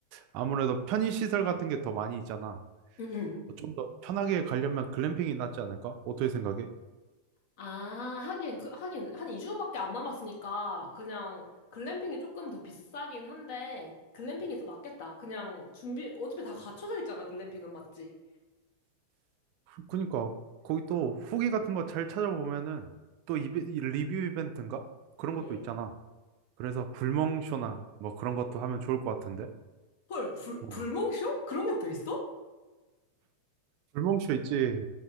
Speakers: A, on the right; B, on the left.
A: 아무래도 편의시설 같은 게 더 많이 있잖아.
B: 응. 응.
A: 좀 더 편하게 가려면 글램핑이 낫지 않을까? 어떻게 생각해?
B: 아, 하긴, 그, 하긴, 한 2주밖에 안 남았으니까, 그냥, 글램핑이 조금 더 비싸긴 한데, 글램핑이 더 낫겠다. 그냥, 준비, 어차피 다 갖춰져 있잖아, 글램핑은, 맞지?
A: 그니까, 거기 또 후기 같은 거 잘 찾아보면은 또 이베- 이 리뷰 이벤트인가? 그런
B: 응,
A: 것도
B: 응.
A: 있잖아. 그래서 불멍쇼나 뭐 그런 것도 하면 좋을 것 같은데.
B: 헐, 불,
A: 어.
B: 불멍쇼? 그런 것도 있어?
A: 불멍쇼 있지.